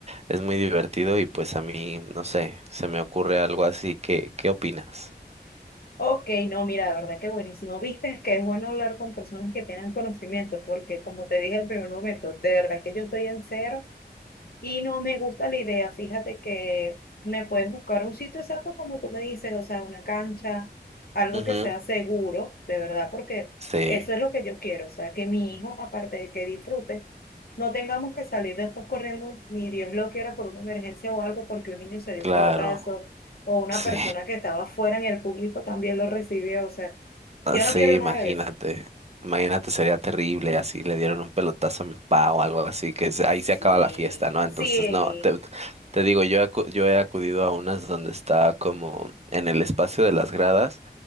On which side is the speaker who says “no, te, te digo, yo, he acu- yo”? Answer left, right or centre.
Right